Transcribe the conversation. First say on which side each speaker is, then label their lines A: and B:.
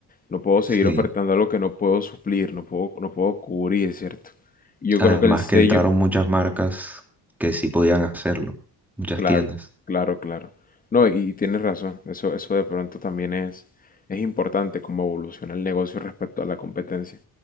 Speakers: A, on the left (about 20°); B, in the centre.
A: no puedo seguir
B: Sí,
A: ofertando algo que no puedo suplir, no puedo, no puedo cubrir, ¿cierto? Y yo
B: además
A: creo que el sello,
B: que entraron muchas marcas que sí podían hacerlo, muchas
A: Claro,
B: tiendas,
A: claro, claro. No, y tienes razón, eso, eso de pronto también es, es importante como evoluciona el negocio respecto a la competencia.